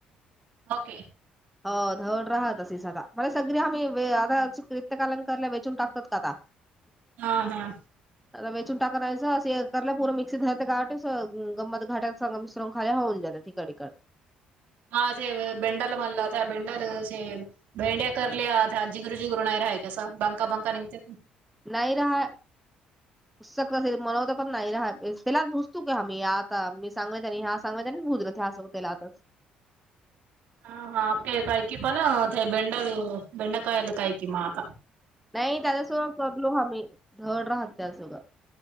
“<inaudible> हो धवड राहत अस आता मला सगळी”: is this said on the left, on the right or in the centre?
Centre